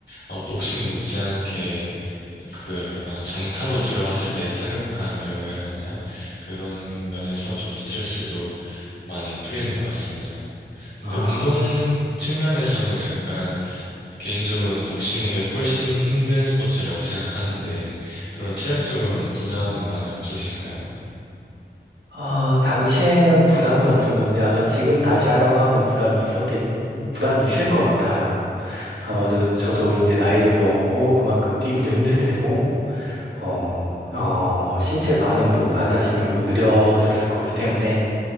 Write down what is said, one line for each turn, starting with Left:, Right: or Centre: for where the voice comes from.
Left: 어, 복싱 못지않게 그런 정타로 들어갔을 때의 타격감이라고 해야 되나요? 그런 면에서 좀 스트레스도 많이 풀리는 것 같습니다. 근데
Right: 아,
Left: 운동 측면에서는 약간 개인적으로는 복싱이 훨씬 힘든 스포츠라고 생각하는데 그런 체력적으로는 부담은 많이 없으신가요?
Right: 아, 당시에는 부담이 없었는데 아마 지금 다시 하라고 하면 부담이 있었겠, 부담이 있을 것 같아요. 아마도 저도 이제 나이를 먹었고 그만큼 뛰기도 힘들 테고 어, 어, 신체 반응도 반사신경도 느려졌을 거기 때문에